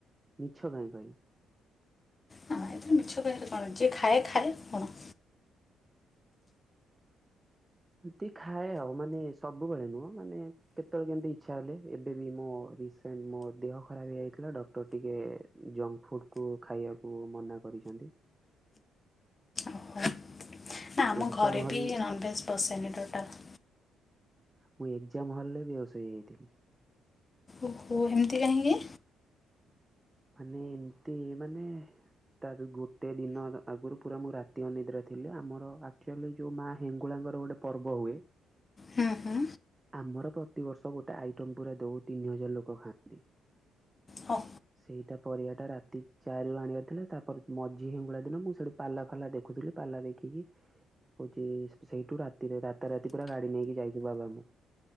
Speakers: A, on the right; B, on the left.
A: ମିଛ କାଇଁ କହିବି।
B: ନା ଏଥିରେ ମିଛ କହିଆ ରେ କଣ ଯିଏ ଖାଏ ଖାଏ କଣ।
A: ଏମିତି ଖାଏ ଆଉ ମାନେ ସବୁବେଳେ ନୁହଁ ମାନେ କେତେବେଳେ କେମିତି ଇଚ୍ଛା ହେଲେ ଏବେ ବି ମୋ ରିସେଣ୍ଟ ମୋ ଦେହ ଖରାପ ହେଇଯାଇଥିଲା ଡକ୍ଟର ଟିକେ ଜଙ୍କ ଫୁଡ଼କୁ ଖାଇବାକୁ ମନା କରିଚନ୍ତି।
B: ଓହୋ। ନା ଆମ
A: ଏକ୍ଜାମ
B: ଘରେ
A: ହଲ୍
B: ବି ନନଭେଜ୍ ପସେନି ଟୋଟାଲ।
A: ମୁଁ ଏକ୍ଜାମ ହଲ ରେ ବେହୋସ ହେଇ ଯାଇଥିଲି।
B: ଓହୋ ଏମିତି କାହିଁକି?
A: ମାନେ ଏମିତି ମାନେ ତା ଗୋଟେ ଦିନ ଆଗୁରୁ ପୁରା ମୁଁ ରାତି ଅନିଦ୍ରା ଥିଲି। ଆମର ଆକ୍ଚୁଆଲି ଯେଉଁ ମାଆ ହେଙ୍ଗୁଳାଙ୍କର ଗୋଟେ ପର୍ବ ହୁଏ।
B: ହୁଁ ହୁଁ
A: ଆମର ପ୍ରତିବର୍ଷ ଗୋଟେ ଆଇଟମ୍ ପୁରା ଦଉ ତିନି ହଜାର ଲୋକ ଖାଆନ୍ତି।
B: ହଁ।
A: ସେଇଟା ପରିବାଟା ରାତି ଚାରିରୁ ଆଣିବାର ଥିଲା ତାପରେ ମଝି ହେିଙ୍ଗୁଳା ଦିନ ମୁଁ ସେଠୁ ପାଲା ଫାଲା ଦେଖୁଥିଲି। ପାଲା ଦେଖିକି ହଉଚି ସେଇଠୁ ରାତିରେ ରାତା ରାତି ପୁରା ଗାଡି ନେଇକି ଯାଇଚୁ ବାବା ମୁଁ।